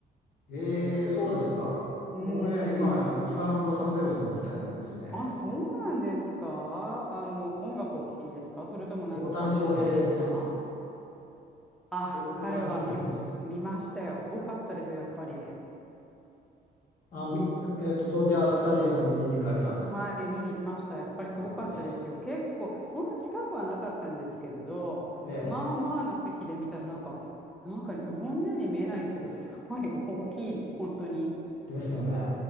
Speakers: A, on the left; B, in the centre.
A: えー、そうですか。
B: うん。
A: 僕ね、今、
B: うん。
A: 一番ロサンゼルスに行きたいんですね。
B: あ、そうなんですかあの、音楽を聴きにですかそれともなんか観光しにとか
A: 大谷翔平です。
B: あ、
A: お、
B: 彼は見、
A: 大谷翔平です。
B: 見ましたよ。すごかったですよ、やっぱり。
A: あ、み、えっと、ドジャースタジアムに見に行かれたんですか
B: はい、見に行きました。やっぱりすごかったですよ。
A: 素晴らしい。
B: 結構、そんな近くはなかったんですけれど、
A: え
B: まあまあな席で見たらなんか、なんか日本人に見えないっていうか、すごい大きい、本当に。っ
A: え、ですよね。